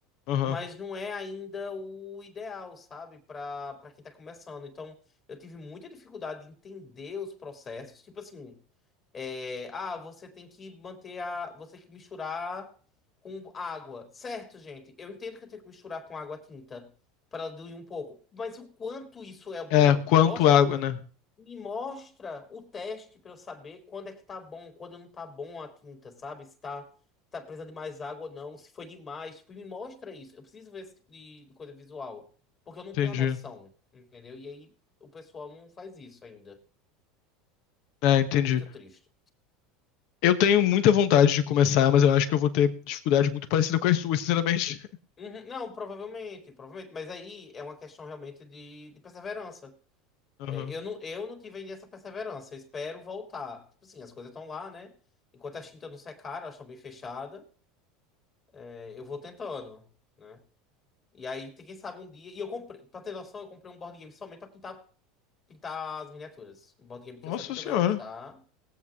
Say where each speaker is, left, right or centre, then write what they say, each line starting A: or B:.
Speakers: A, on the left; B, on the left.
A: Aham.
B: mas não é ainda o ideal, sabe, para para quem tá começando. Então, eu tive muita dificuldade de entender os processos, tipo assim, é, ah, você tem que manter a, você tem que misturar com água. Certo, gente, eu entendo que eu tenho que misturar com água tinta para ela diluir um pouco, mas o quanto isso é bom?
A: É, quanto
B: Me mostra,
A: água, né?
B: me mostra o teste para eu saber quando é que tá bom, quando não tá bom a tinta, sabe? Se tá tá precisando de mais água ou não, se foi demais. Tipo, me mostra isso. Eu preciso ver esse tipo de coisa visual. Porque eu não
A: Entendi.
B: tenho a noção, entendeu? E aí o pessoal não faz isso ainda.
A: É, entendi.
B: É muito triste.
A: Eu tenho muita vontade de começar, mas eu acho que eu vou ter dificuldade muito parecida com as suas, sinceramente.
B: Uhum, Não, provavelmente, provavelmente. Mas aí é uma questão realmente de, de perseverança.
A: <laughs> Aham.
B: É, eu não, eu não tive ainda essa perseverança. Eu espero voltar. Tipo assim, as coisas estão lá, né? Enquanto as tintas não secaram, elas estão bem fechadas. é, eu vou tentando, né? E aí, tem- quem sabe um dia. E eu comprei, pra ter noção, eu comprei um board game somente pra pintar pintar as miniaturas. Um board game que
A: Nossa
B: eu sabia que
A: senhora.
B: eu não ia gostar,